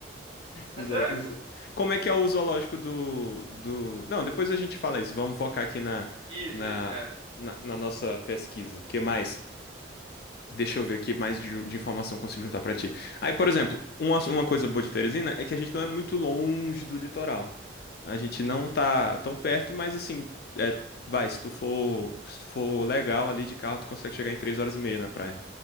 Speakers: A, on the right (about 30°); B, on the left (about 55°).
A: É
B: Em
A: sério,
B: zoolo- em
A: pô?
B: zo- Como é que é o zoológico do, do... Não, depois a gente fala isso. Vamos focar aqui na,
A: Isso,
B: na,
A: isso. É.
B: na, na nossa pesquisa. O que mais? Deixa eu ver aqui mais de, de informação que eu consigo juntar pra ti. Aí, por exemplo, uma, uma coisa boa de Teresina é que a gente não é muito longe do litoral. A gente não tá tão perto, mas assim, é, vai, se tu for, se tu for legal ali de carro, tu consegue chegar em três horas e meia na praia.